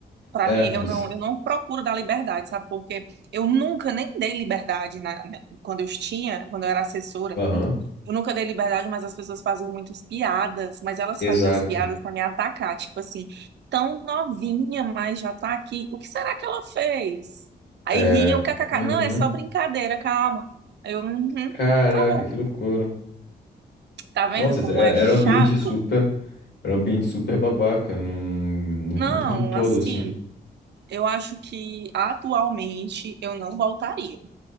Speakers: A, on the right (about 80°); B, on the left (about 80°).
A: Para
B: É,
A: mim,
B: você.
A: eu não, eu não procuro dar liberdade, sabe? Porque eu nunca nem dei liberdade na, na- quando eu tinha, quando eu era assessora.
B: Aham.
A: Eu nunca dei liberdade, mas as pessoas faziam muitas piadas, mas elas
B: Exato.
A: faziam as piadas para me atacar. Tipo assim, tão novinha, mas já tá aqui. O que será que ela fez? Aí
B: É.
A: riam, kkk.
B: Uhum.
A: Não, é só brincadeira, calma. Aí Eu, uhum,
B: Caraca,
A: tá bom.
B: que loucura.
A: Tá vendo
B: Nossa,
A: como
B: isso era
A: é
B: era
A: chato?
B: um ambiente super. Era um ambiente super babaca, num,
A: Não,
B: num, num todo,
A: assim,
B: assim.
A: eu acho que atualmente eu não voltaria.